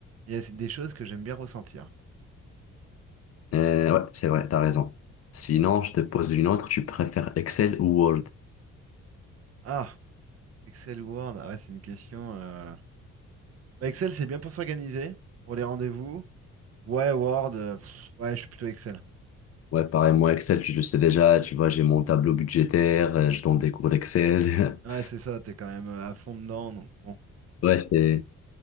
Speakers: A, on the right; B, on the left.
A: mais il y a des choses que j'aime bien ressentir.
B: Euh, ouais, c'est vrai, t'as raison. Sinon, je te pose une autre. Tu préfères Excel ou Word?
A: Ah, Excel ou Word, ah ouais, c'est une question. euh. Bah, Excel, c'est bien pour s'organiser, pour les rendez-vous. Ouais, Word, euh, pff, ouais, je suis plutôt Excel.
B: Ouais, pareil, moi, Excel, je le sais déjà. Tu vois, j'ai mon tableau budgétaire, euh, je donne des cours d'Excel.
A: Ouais,
B: <laughs>
A: c'est ça, t'es quand même euh, à fond dedans, donc bon.
B: Ouais, c'est.